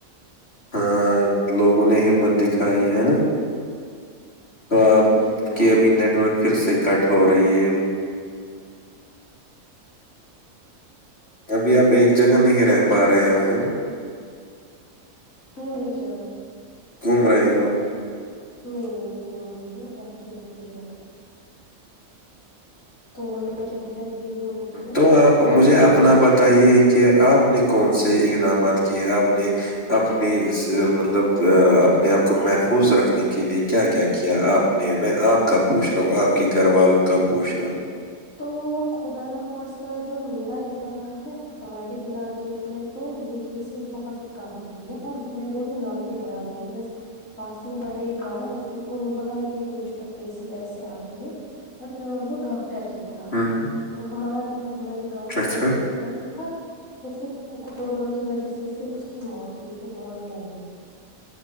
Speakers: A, on the left (about 45°); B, on the left (about 70°).
A: ہاں لوگوں نے ہمت دکھائی ہے نا تو آپ
B: جی کافی
A: کی ابھی
B: لوگوں
A: نیٹورک
B: کی تو
A: پھر سے کٹ ہو رہی ہے ابھی آپ ایک جگہ نہیں رہ پا رہے ہو ہے نا
B: نہیں م ایک جگہ
A: گھوم رہاے وہ
B: نہیں نہیں میں گھوم نہیں رہی ہوں بیٹھی ہ دھی جا پ تو میں کہہ رہی ہوں کہ
A: تو آپ مجھے اپنا
B: اس
A: بتائیے کہ آپ نے کون سے اقدامات کیے آپ نے اپنی مطلب اپنے آپ کو محفوظ رکھنے کی کے لیے کیا کیا کیا آپ نے میں آپ کا پوچھ رہا ہوں آپ کے گھر والوں کا پوچھ رہا ہوں
B: تو خدا نخواستہ جو میرا علاقہ ہے ہمارے علاقے میں میں تو یہ کیسز بہت کم آئے میں بولوں نہ کے برابری بس پاس میں ہمارا ایک گاؤں ہے اس وہاں کے کچھ کیسز ایسے آ گئے اور اور وہ ڈاکٹر ہی تھا
A: ہ ہ
B: وہ ہمارا ہماریے گاؤں
A: اچھا
B: کا ڈاکٹر ہی تھا تو پھر کورونا کی وجہ سے پھر اس کی موت ہی ہو موت ہو گئی